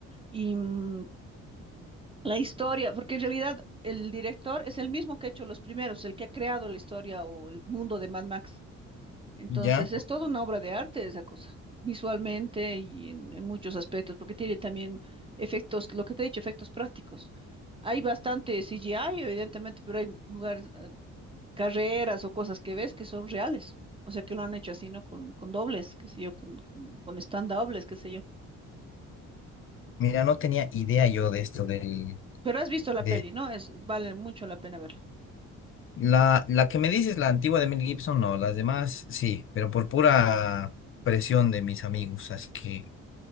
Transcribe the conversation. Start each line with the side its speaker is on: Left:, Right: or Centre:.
Right: Y mm, La historia, porque en realidad el director es el mismo que ha hecho los primeros, el que ha creado la historia o el mundo de Mad Max. Entonces,
Left: ya.
Right: es toda una obra de arte esa cosa, visualmente y en, en muchos aspectos, porque tiene también efectos, lo que te he dicho, efectos prácticos. Hay bastante CGI, evidentemente, pero hay lugares, eh, carreras o cosas que ves que son reales. O sea, que lo han hecho así, ¿no? Con, con dobles, qué sé yo, con, con, con stand-dobles, qué sé yo.
Left: Mira, no tenía idea yo de esto del.
Right: Pero has visto la
Left: De...
Right: peli, ¿no? Es, vale mucho la pena verla.
Left: La, la que me dices, la antigua de Mel Gibson, no. Las demás, sí, pero por pura presión de mis amigos. Así que,